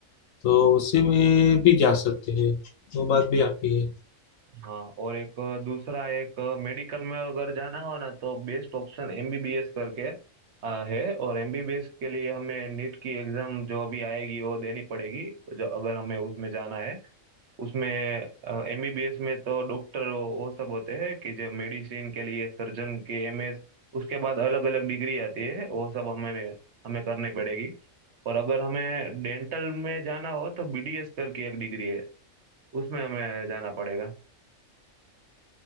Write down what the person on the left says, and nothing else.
तो उसी में भी जा सकते हैं वो बात भी आपकी है